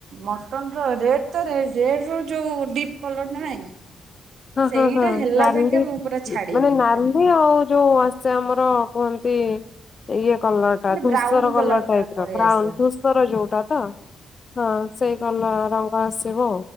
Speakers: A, on the right (about 60°); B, on the left (about 30°).
A: ମଟ ରେଡ ତ ରେଡ ର ଯୋଉ ଡିପ୍ କଲର ନାଇଁ।
B: ହଁ
A: ସେଇଟା
B: ହଁ ହଁ
A: ହେଲା
B: ନାଲି
A: ଯାଙ୍କେ ମୁଁ ପୁରା ଛାଡିବି
B: ମାନେ ନାଲି
A: ତାକୁ
B: ଆଉ ଯୋଉ ଆସେ ଆମର କୁହନ୍ତି ଇଏ କଲର ଟା
A: ମାନେ
B: ଧୂସର
A: ବ୍ରାଉନ
B: କଲର
A: ପୁରା
B: ଟାଇପ
A: ପଳେଇ
B: ର ବ୍ରାଉନ
A: ଆସିଲା
B: ଧୂସର ଯୋଉଟା ତ ହଁ ସେଇ କଲର ରଙ୍ଗ ସେବ